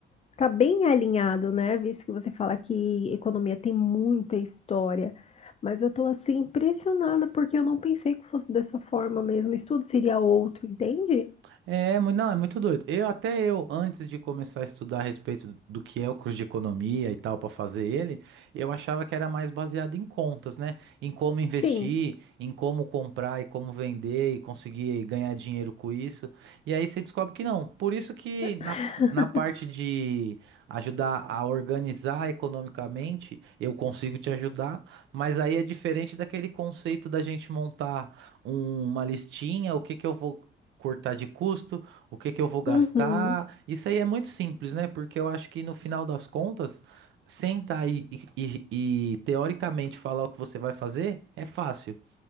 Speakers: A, on the left; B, on the right.
A: está bem alinhado, né? Visto que você fala que economia tem muita história. Mas eu estou assim impressionada porque eu não pensei que fosse dessa forma mesmo. O estudo seria outro, entende?
B: É, mu- não, é muito doido. Eu até eu, antes de começar a estudar a respeito do que é o curso de economia e tal para fazer ele, eu achava que era mais baseado em contas, né? Em como investir,
A: Sim.
B: em como comprar e como vender e conseguir ganhar dinheiro com isso. E aí você descobre que não. Por isso que
A: <laughs>
B: na, na parte de ajudar a organizar economicamente, eu consigo te ajudar, mas aí é diferente daquele conceito da gente montar um- uma listinha, o que que eu vou cortar de custo, o que que eu vou gastar.
A: Uhum.
B: Isso aí é muito simples, né? Porque eu acho que no final das contas, sentar e, e, e e, teoricamente falar o que você vai fazer é fácil.